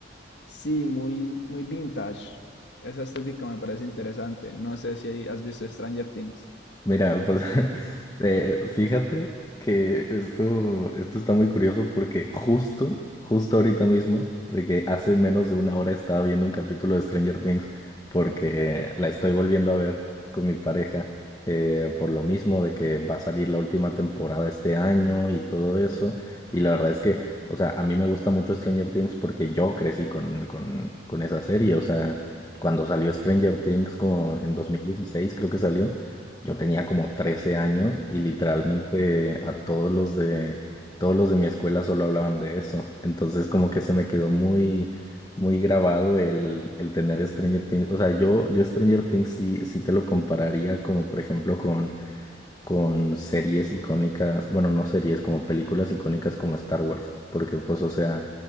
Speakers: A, on the left; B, on the left.
A: Sí, muy, muy vintage. Esa estética me parece interesante. No sé si has visto Stranger Things.
B: Mira, pues <laughs> eh, fíjate que esto, esto está muy curioso porque justo, justo ahorita mismo, de que hace menos de una hora estaba viendo un capítulo de Stranger Things porque la estoy volviendo a ver con mi pareja eh, por lo mismo de que va a salir la última temporada este año y todo eso. Y la verdad es que, o sea, a mí me gusta mucho Stranger Things porque yo crecí con, con, con esa serie, o sea, cuando salió Stranger Things como en 2016 creo que salió. Yo tenía como 13 años y literalmente a todos los de todos los de mi escuela solo hablaban de eso. Entonces como que se me quedó muy muy grabado el, el tener Stranger Things. O sea, yo, yo Stranger Things sí, sí te lo compararía como por ejemplo con con series icónicas, bueno, no series, como películas icónicas como Star Wars, porque pues, o sea,